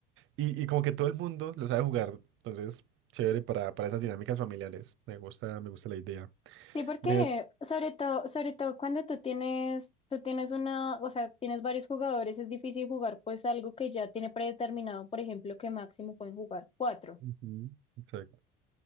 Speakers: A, on the right (about 45°); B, on the left (about 20°).
A: Y, y como que todo el mundo lo sabe jugar, entonces chévere para, para esas dinámicas familiares. Me gusta, me gusta la idea.
B: Sí, porque
A: Mira,
B: sobre todo, sobre todo cuando tú tienes, tú tienes una, o sea, tienes varios jugadores, es difícil jugar pues algo que ya tiene predeterminado, por ejemplo, que máximo pueden jugar cuatro.
A: Ujú, Exacto.